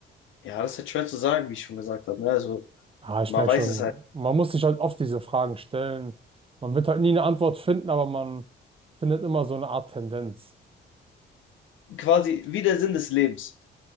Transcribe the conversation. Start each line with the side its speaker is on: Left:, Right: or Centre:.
Left: ja, das ist halt schwer zu sagen, wie ich schon gesagt habe. Ne? Also,
Right: Ah, ich
Left: man
Right: merke
Left: weiß
Right: schon,
Left: es halt.
Right: man muss sich halt oft diese Fragen stellen. Man wird halt nie eine Antwort finden, aber man findet immer so eine Art Tendenz
Left: Quasi wie der Sinn des Lebens.